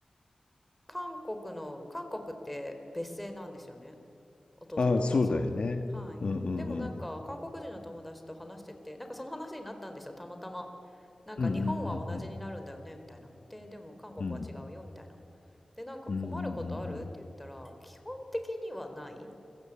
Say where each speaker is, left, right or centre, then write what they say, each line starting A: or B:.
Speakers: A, in the centre; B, on the left.
A: 韓国の、韓国って別姓なんですよね。お父さんとお母さん。
B: ああ、そうだよね。
A: はい。
B: うんうんうん。
A: でもなんか、韓国人の友達と話してて、なんかその話になったんですよ、たまたま。なんか日本は同じになるんだよね、
B: うんうんうんうん。
A: みたいな。で、でも韓国は違うよ、
B: うん
A: みたいな。で、なんか困ることあるって言ったら、
B: うんうんうん。
A: 基本的にはない。